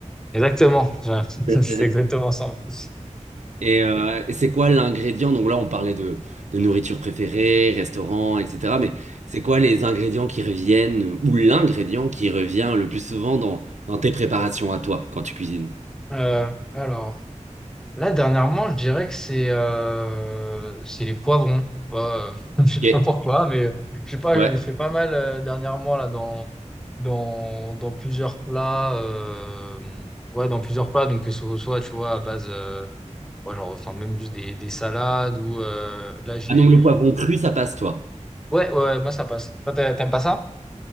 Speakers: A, in the centre; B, on the right.
A: Exactement. Ouais, <laughs>
B: <laughs>
A: C'est exactement ça en plus.
B: Et, euh, et c'est quoi l'ingrédient? Donc là, on parlait de, de nourriture préférée, restaurant, etc. Mais c'est quoi les ingrédients qui reviennent ou l'ingrédient qui revient le plus souvent dans, dans tes préparations à toi quand tu cuisines?
A: Euh, alors. Là, dernièrement, je dirais que c'est euh, c'est les poivrons. Ouais, Euh, <laughs> je sais
B: Ok.
A: pas pourquoi, mais euh, je sais pas,
B: Ouais.
A: j'en ai fait pas mal euh, dernièrement là dans dans dans plusieurs plats. euh, ouais, dans plusieurs plats. Donc que ce soit, tu vois, à base, euh, ouais, genre, enfin même juste des, des salades ou euh, là j'ai.
B: Ah donc le poivron cru, ça passe, toi.
A: Ouais, ouais, ouais, moi ça passe. Toi, t'a- t'aimes pas ça?